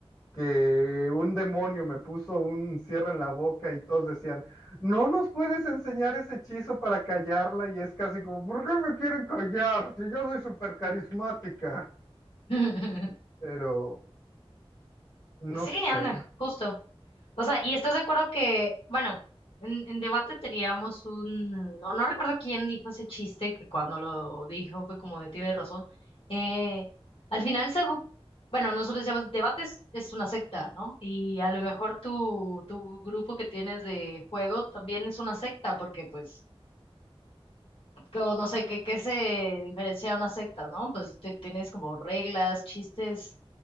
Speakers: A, on the left; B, on the left.
A: que un demonio me puso un cierre en la boca y todos decían no nos puedes enseñar ese hechizo para callarla y es casi como, ¿por qué me quieren callar? Si yo soy súper carismática.
B: <laughs>
A: Pero, no
B: Sí,
A: sé.
B: anda, justo. O sea, ¿y estás de acuerdo que, bueno, en, en debate teníamos un, no, no recuerdo quién dijo ese chiste, que cuando lo dijo fue como de tiene razón. Eh, al final, se, gu- bueno, nosotros llamamos debates, es una secta, ¿no? Y a lo mejor tu, tu grupo que tienes de juego también es una secta, porque pues, co- no sé, ¿qué, qué se diferencia de una secta, ¿no? Pues te- tienes como reglas, chistes